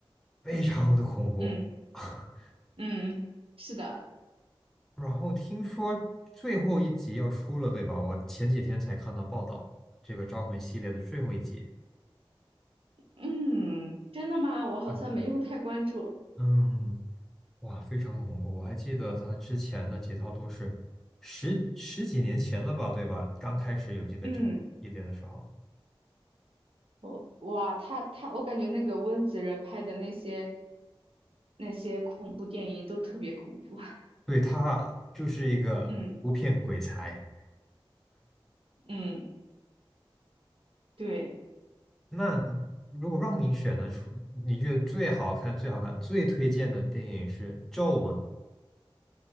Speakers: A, in the centre; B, on the right (about 75°).
A: 非常的恐怖。
B: 嗯
A: <laughs>
B: 嗯，是的。
A: 然后听说最后一集要出了，对吧？我前几天才看到报道，这个《招魂》系列的最后一集。
B: 嗯，真的吗？我好像没有太关注。
A: 嗯，嗯，哇，非常恐怖！我还记得他之前的几套都是十十几年前了吧，对吧？刚开始有这个《招魂》系列的时候，
B: 嗯，我哇，他他，我感觉那个温子仁拍的那些那些恐怖电影都特别恐怖。<laughs>
A: 对，他就是一个不骗鬼才。
B: 嗯嗯，对，
A: 那如果让你选呢，出你觉得最好看、最好看、最推荐的电影是《咒》吗？